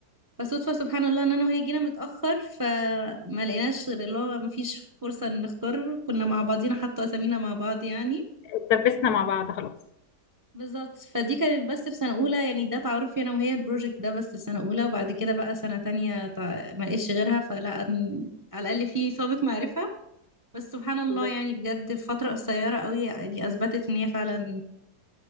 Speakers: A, on the right; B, on the left.
A: فصدفة سبحان الله ان انا وهي جينا متأخر فما لقيناش غير اللي هو ما فيش فرصة ان نختار كنا مع بعضينا حتى اسامينا مع بعض يعني
B: اتدبسنا مع بعض خلاص.
A: بالظبط فدي كانت بس في سنة أولى يعني ده تعارفي أنا وهي البروجكت ده بس في سنة أولى وبعد كده بقى سنة تانية تع- ما لقيتش غيرها فلا أن- على الأقل في سابق معرفة بس سبحان الله
B: بالضبط.
A: يعني بجد في فترة قصيرة قوي يعني أثبتت إن هي فعلا